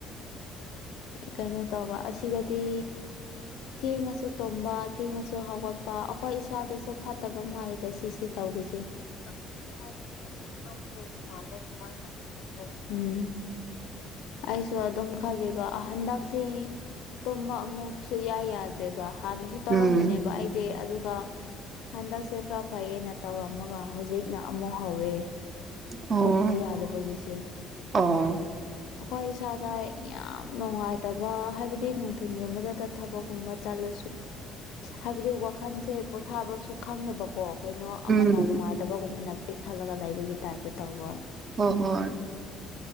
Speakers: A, on the left (about 75°); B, on the right (about 30°).
A: ꯀꯩꯅꯣ ꯇꯧꯕ ꯑꯁꯤꯗꯗꯤ ꯊꯦꯡꯉꯁꯨ ꯇꯨꯝꯝꯕ ꯊꯦꯡꯉꯁꯨ ꯍꯧꯒꯠꯄ ꯑꯩꯈꯣꯏ ꯏꯁꯥꯗꯁꯨ ꯐꯠꯇꯕ ꯃꯥꯜꯜꯂꯤꯦꯗ ꯁꯤꯁꯦ ꯇꯧꯕꯁꯦ ꯑꯩꯈꯣꯏ ꯏꯁꯥꯒꯤ ꯌꯥꯝ ꯁꯨꯑꯝꯗ ꯃꯥꯜꯂꯦ ꯑꯗꯨꯃꯥꯏꯅ ꯇꯧꯕꯁꯦ ꯎꯝ ꯑꯩꯁ ꯁꯨ ꯑꯗꯨꯝ ꯈꯜꯂꯦꯕ ꯍꯟꯗꯛꯁꯦ ꯇꯨꯝꯕ ꯑꯃꯨꯛ ꯁꯨꯌꯥꯏ ꯌꯥꯗ꯭ꯔꯦꯕ ꯍꯥꯟꯅꯁꯨ ꯇꯧꯔꯝꯕꯅꯦꯕ
B: ꯎꯝ
A: ꯑꯩꯗꯤ ꯑꯗꯨ ꯑꯗꯨꯒ ꯍꯟꯗꯛꯁꯦ ꯈꯔ ꯐꯩꯌꯦꯦꯅ ꯇꯧꯔꯝꯃꯒ ꯍꯧꯖꯤꯛꯅ ꯑꯃꯨꯛ ꯍꯧꯔꯦ
B: ꯑꯣ
A: ꯇꯝꯕ ꯌꯥꯗꯕꯒꯤꯁꯦ
B: ꯑꯣ
A: ꯑꯩꯈꯣꯏ ꯏꯁꯥꯗ ꯌꯥꯝ ꯅꯨꯡꯉꯥꯏꯇꯕ ꯍꯥꯏꯕꯗꯤ ꯅꯨꯡꯊꯤꯤꯟꯒꯨꯝꯕꯗ ꯊꯕꯛꯀꯨꯝꯕ ꯆꯠꯂ ꯍꯥꯏꯕꯗꯤ ꯃꯈꯥꯈꯟꯁꯦ ꯄꯣꯊꯥꯕꯁꯨ ꯈꯪꯗꯅꯕꯀꯣ ꯀꯩꯅꯣ
B: ꯎꯝ
A: ꯑꯃꯅ ꯅꯨꯡꯉꯥꯏꯇꯕꯒꯨꯝꯕꯅ ꯄꯤꯛ ꯊꯠꯂꯒ ꯂꯩꯕꯒꯤ ꯇꯥꯏꯞꯇ ꯇꯧꯕ
B: ꯍꯣꯏ ꯍꯣꯏ